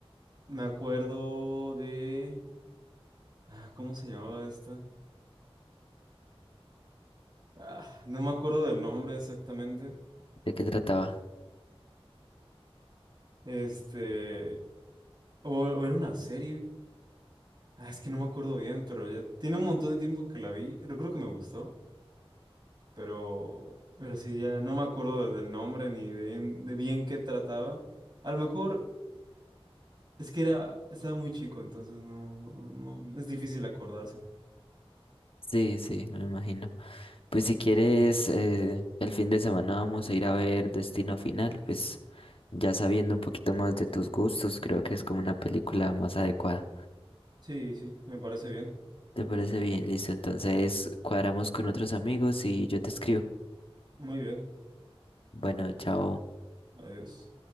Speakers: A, on the right; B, on the left.
A: me acuerdo de... ah, ¿cómo se llamaba esta? Ah, no me acuerdo del nombre exactamente.
B: ¿De qué trataba?
A: Este... O, o era una serie. Ah, es que no me acuerdo bien, pero ya tiene un montón de tiempo que la vi. Recuerdo que me gustó, pero, pero sí, ya no me acuerdo de- del nombre ni de bien, de bien qué trataba. A lo mejor es que era, estaba muy chico, entonces no, no, no, es difícil acordarse.
B: Sí, sí, me imagino. Pues si quieres, eh, el fin de semana vamos a ir a ver Destino Final, pues ya sabiendo un poquito más de tus gustos, creo que es como una película más adecuada.
A: Sí, sí, me parece bien.
B: ¿Te parece bien? Listo, entonces cuadramos con otros amigos y yo te escribo.
A: Muy bien.
B: Bueno, chao.
A: Adiós.